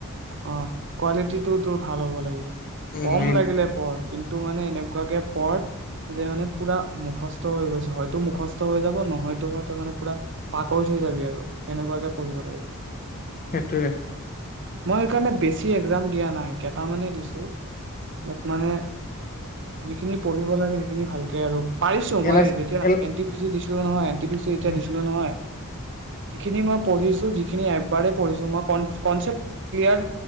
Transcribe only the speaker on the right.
অ কোৱালিটি টো তোৰ ভাল হ'ব লাগিব।
কম
লাগিলে পঢ় কিন্তু- টো মানে এনেকুৱাকে পঢ়, যে মানে পুৰা মুখস্থ হৈ গৈছে। হয়তো মুখস্থ হৈ যাব নহয়তোবা হয়তো মানে পুৰা পাকৈত হৈ যাবি আৰু। সেনেকুৱাকে পঢ়িব লাগিব।
মই সেইকাৰণে বেছি একজাম দিয়া নাই কেইটামানে দিছো বাত্ মানে- -যিখিনি পঢ়িব লাগে সেইখিনি ভালকে, দে আৰু পাৰিছো
মই
যেতিয়া
এনটি পি চি দিছো- তোৰনো নহয়। পি ছি যেতিয়া
দিছিলো নহয়, যিখিনি মই পঢ়িছো, যিখিনি এবাৰেই পঢ়িছো মই কন কনচেপ্ট ক্লিয়াৰ